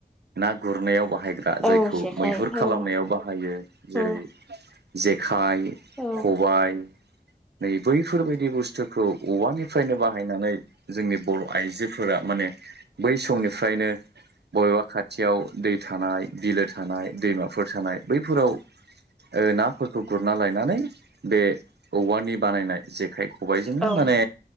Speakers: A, on the right; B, in the centre.
A: ना गुरनायाव बाहायग्रा जायखौ
B: औ जेखाइ
A: मैहुर खालामनायाव
B: औ
A: बाहायो जेरै
B: औ
A: जे जेखाय
B: औ
A: खबाय नै बैफोरबायदि बुस्थुखौ औवानिफ्रायनो बाहायनानै जोंनि बर' आइजोफोरा माने बै समनिफ्रायनो बबेबा खाथि खाथियाव दै थानाय बिलो थानाय दैमाफोर थानाय बैफोराव नाफोरखौ गुरना लायनानै बे औवानि बानायनाय जेखाइखौ खबायजोंनो
B: औ
A: माने